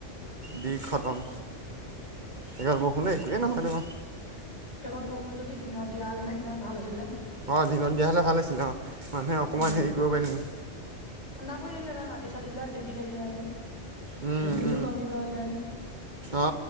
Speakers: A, on the right; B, on the left.
A: দি খতম। সেই জাক বৰষুণে একোৱে নহয় তোমাৰ।
B: সেইকন বৰষুণ যদি দিনত দিয়া তেনে কিমান ভাল আছিলে।
A: অ দিনত দিয়া হ'লে ভাল আছিলে অ মানুহে অকমান
B: উম
A: হেৰি কৰিব পাৰিলো।
B: হৈ থাকিলে হেতেন মাটি চাটিবিলাক জেগি থাকিলে হেতেন।
A: উম
B: ধূলিটো
A: উম
B: কমি গ'ল হেতেন।
A: অ